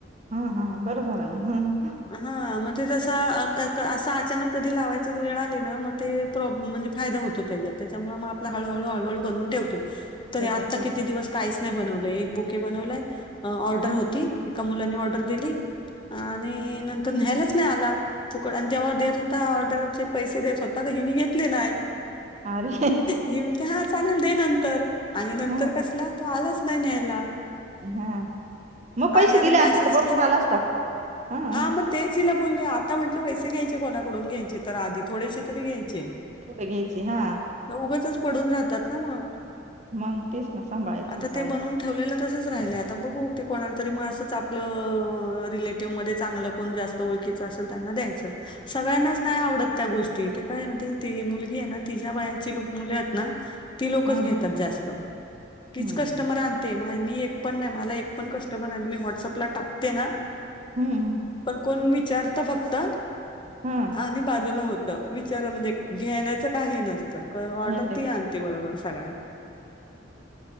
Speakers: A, on the right; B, on the left.
A: हा हा. बरं झालं. <inaudible>
B: हा मग ते तस क असं अचानक कधी लावायचा वेळ आले ना, मग ते प्रॉप म्हणजे फायदा होतो त्याच्यात, त्याच्यामुळे आपल हळू हळू हळू हळू बनवून ठेवते. तरी
A: करून
B: आता
A: ठेवलं
B: किती इतके दिवस काहीच नाही बनवलय. एक बुके बनवलाय. ऑर्डर
A: हा.
B: होती एका मुलानी ऑर्डर दिली आणि नंतर न्यायलाच नाही आला. फुकट आणि जेव्हा देत होता ऑर्डरचे पैसे देत होता, तर हिनी घेतले नाही.
A: अरे
B: ही बोलते हा चालेल दे नंतर आणि नंतर
A: हा
B: कसला तो आलाच नाही न्याय ला
A: हा मग पैसे
B: आणि आता
A: दिले
B: मॅसेज
A: असते तर बरोबर
B: केले
A: आला असता हा
B: म तेच हिला बोलले, आता म्हटल, पैसे घ्यायचे कोणाकडून घ्यायचे तर, आधी थोडेसे तरी घ्यायचे.
A: थोडे घ्यायचे. हा.
B: म उघंचच पडून राहतात ना मग.
A: मग तेच ना सांभाळायचे
B: आता
A: पाळी
B: ते बनवून ठेवलेलं तसच राहिले, आता बघू ते कोणाला तरी मग असंच आपल रिलेट टिव्ह मध्ये चांगलं, कोण जास्त ओळखीच असेल त्यांना द्यायचं. सगळ्यांनाच नाय आवडत त्या गोष्टी. त्या काय ती मुलगी आहे ना, तिच्या वयाची मुले आहेत ना ती लोकच
A: हा
B: घेतात जास्त. तीच
A: हम्म
B: कस्टमर आन ते मी एक पण नाही, मला एक पण कस्टमर नाही मी व्हॉट्सअपला टाकते ना
A: हुं हू.
B: पण कोण विचारत फक्त
A: हा हा.
B: आणि बाजूला होत. विचार म्हणजे घेण्याचं काय हे नसतं, ऑर्डर
A: हम्म
B: ती आन ते बरोबर सगळ्या.